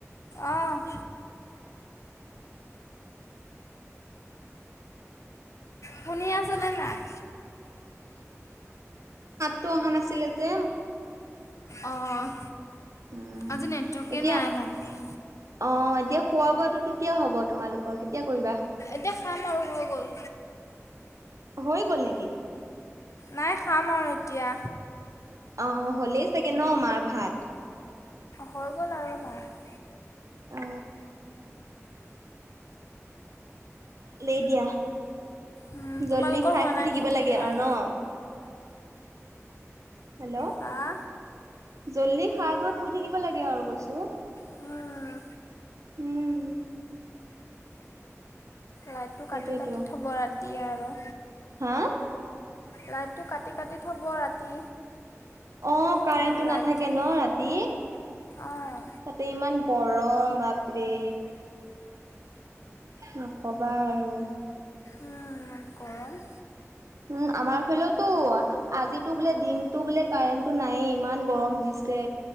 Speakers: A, on the left (about 65°); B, on the right (about 75°).
A: অ'। শুনি আছনে নাই?
B: তটো অহা নাছিলে যে।
A: অঁ,
B: উম
A: আজি নেটৱৰ্কে
B: এতিয়া
A: নাই ভালকে।
B: অ', এতিয়া খোৱা বোৱাটো কেতিয়া হ'ব তোমালোকৰ কেতিয়া কৰিবা?
A: এতিয়া খাম আৰু হৈ গ'ল।
B: হৈ গ'ল নেকি?
A: নাই খাম আৰু এতিয়া।
B: অ হ'লেই চাগে ন মাৰ ভাত?
A: হৈ গ'ল আৰু ভাত।
B: অ। লেই দিয়া,
A: উম, তোমালোকৰ
B: জল্দি খাই
A: হোৱা
B: শুই
A: নাই
B: থাকিব
A: নেকি
B: লাগে
A: ভাত?
B: আৰু ন? হেল্ল'।
A: হা?
B: জলদি খাই বৈ শুই থাকিব লাগে আৰু কৈছো।
A: উম
B: উম।
A: লাইটটো
B: সেইটোয়েতো
A: কাটি কাটি থ'ব ৰাতি আৰু।
B: হা
A: লাইটটো কাটি কাটি থব ৰাতি।
B: অ কাৰেণ্টটো
A: ইমান লাইট
B: নাথাকে
A: যায়
B: ন ৰাতি?
A: অঁ
B: তাতে ইমান গৰম বাপৰে। নক'বা আৰু।
A: অ ইমান গৰম।
B: উম আমাৰ ফালওতো আজিটো বোলে দিনটো বোলে কাৰেণ্টটো নায়ে ইমান গৰম দিছে।